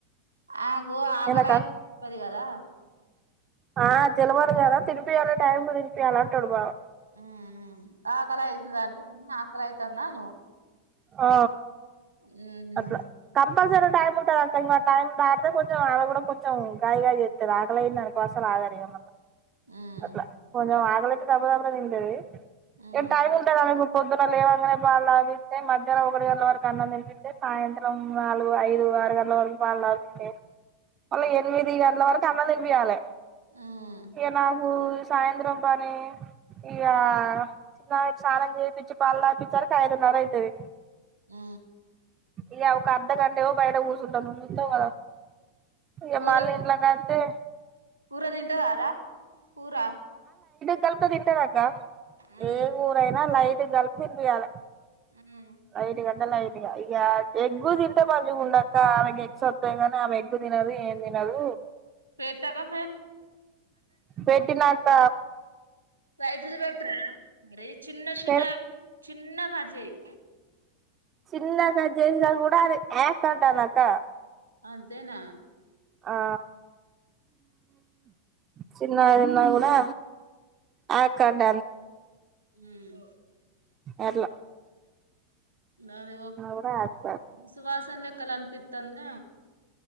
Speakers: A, on the right (about 80°); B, on the right (about 25°).
A: ఆ ఓవు ఆకలా
B: ఏందక్క
A: చెప్పది కదా
B: ఆ తెలమర కాదా తిరిపియాల టైం కు తినిపియాల అంటాడు బావు
A: మ్ మ్ ఆకలి అవుతుంద అంటే అమ్మ ఆకలి అవుతుంద అను
B: ఆ
A: మ్మ్
B: అప్పు క కంపల్సర్ టైం ఉంటుంది అక్క ఇం టైం దాటితే కొంచెం ఆళ్డ కూడా కొంచెం గాయగాయ చేస్త రాకలేని దాకోసలు ఆగ మ
A: మ్మ్
B: అట్లా ఆగలతే దబ పదిండది
A: మ్మ్
B: ఎ టైమ్ ఉంటా అ కుద్ర లేవనే బాల్ ఆది అయితే మధ్యాహ్ం ఒకటి గంటల వరకు అన్నం తింపింటతే సాయంత్రం నాలుగు ఐదు ఆరు గంటల వరకు పాలులాపింటాయి అళ్లా ఎనిమిది అలా వరకు కన్న నిర్వియాల
A: మ్మ్
B: ఏ బగు సాయంత్రం పని ఇక చిన్నకి స్నానం చేయిించి పళ్ళ ఆపించరికి ఐదున్నర అయి త
A: ఆ
B: ఇ ఒ ఒక అర్ధఘంటే బైట ఊ సుట్ట ను క ఏ
A: కూర
B: మాలలాగాతే
A: కూర తింంటదారా కూర
B: స్వల్ప తింటదాకా
A: మ్మ్
B: ఏ ఊరయినాల అయి గల్ ఫవి వాల
A: మ్మ్
B: ఐదు గంటల ఐ ఇ ఇక ఎగ్గు తింటే మంచిగా ఉండక్క ఆమెకి ఎగ్స్ వస్తాయి గాని ఆమె ఎగ్గు తినదు ఏం తినదు
A: పేటకా ఫెన్
B: పెటిలాంత
A: సయటిది పెట్రా మరి చిన్న చిన్న
B: పె
A: చిన్న కట్ చెయ్
B: చిన్నగా చేసినా కూడా అది ఏక్డ్డానక
A: అంతేనా
B: ఆ చిన్నదిన్న కూడా యాక్ అం
A: మ్
B: వర్లా
A: అదే
B: కూడా యాక్
A: సువాసన లెక్కలు అనిపిస్తుంది